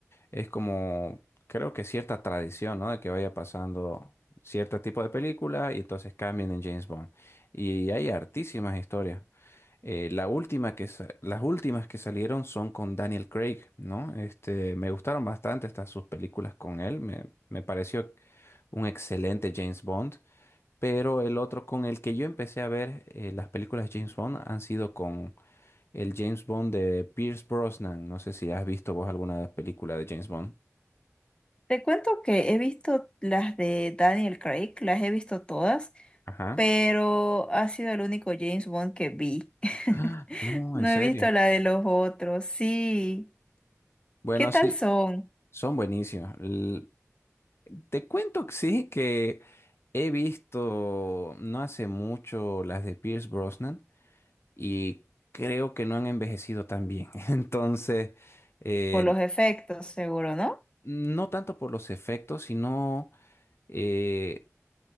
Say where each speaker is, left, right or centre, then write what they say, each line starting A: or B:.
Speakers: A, on the left (about 50°); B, on the left (about 20°).
A: es como, creo que cierta tradición, ¿no? De que vaya pasando cierto tipo de película y entonces cambien en James Bond. Y hay hartísimas historias. Eh, la última que sa- las últimas que salieron son con Daniel Craig, ¿no? Este, me gustaron bastante estas sus películas con él. Me, me pareció un excelente James Bond. Pero el otro con el que yo empecé a ver eh, las películas de James Bond han sido con el James Bond de Pierce Brosnan. No sé si has visto vos alguna película de James Bond.
B: Te cuento que he visto las de Daniel Craig, las he visto todas,
A: Ajá.
B: pero ha sido el único James Bond que vi. <laughs>
A: Ah, No,
B: No
A: en serio.
B: he visto la de los otros, sí.
A: Bueno,
B: ¿Qué
A: sí,
B: tal son?
A: son buenísimas. L- Te cuento que sí, que he visto no hace mucho las de Pierce Brosnan y creo que no han envejecido tan bien. <laughs> Entonces, eh,
B: Por los efectos, seguro, ¿no?
A: no tanto por los efectos, sino... eh,